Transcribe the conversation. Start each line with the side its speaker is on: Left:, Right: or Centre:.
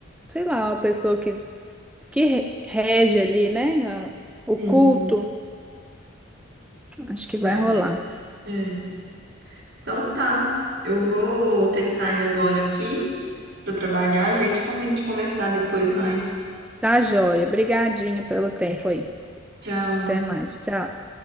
Centre: sei lá, uma pessoa que, que re- rege ali, né? a- o
Right: Sim,
Centre: culto, acho que
Right: vai
Centre: vai rolar.
Right: ser. É. Então tá. Eu vou ter que sair agora aqui para trabalhar. A gente combina de conversar depois mais.
Centre: Tá, joia. Brigadinho pelo tempo aí.
Right: Tchau.
Centre: Até mais. Tchau.